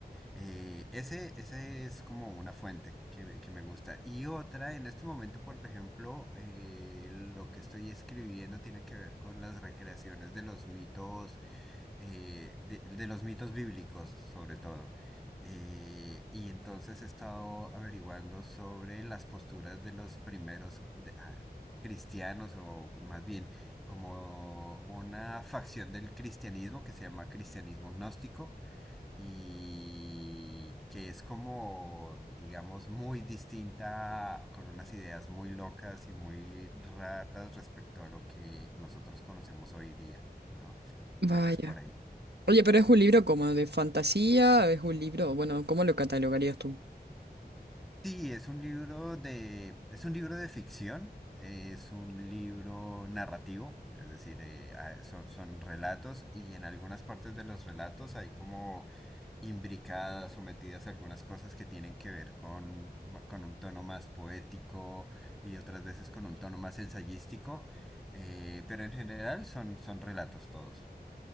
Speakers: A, in the centre; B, on the right (about 80°).
A: Eh, ese, ese es como una fuente que, que me gusta. Y otra, en este momento, por ejemplo, eh, lo que estoy escribiendo tiene que ver con las recreaciones de los mitos, eh, de, de los mitos bíblicos, sobre todo. Eh, y entonces he estado averiguando sobre las posturas de los primeros de- ah, cristianos, o más bien como una facción del cristianismo que se llama cristianismo gnóstico y que es como, digamos, muy distinta, con unas ideas muy locas y muy raras respecto a lo que nosotros conocemos hoy día, ¿no?
B: Vaya.
A: Entonces por ahí.
B: Oye, pero es un libro como de fantasía, es un libro, bueno, ¿cómo lo catalogarías tú?
A: Sí, es un libro de, es un libro de ficción, es un libro narrativo, es decir, eh, ah, so- son, relatos y en algunas partes de los relatos hay como imbricadas o metidas algunas cosas que tienen que ver con, ma- con un tono más poético y otras veces con un tono más ensayístico, eh, pero en general son, son relatos todos.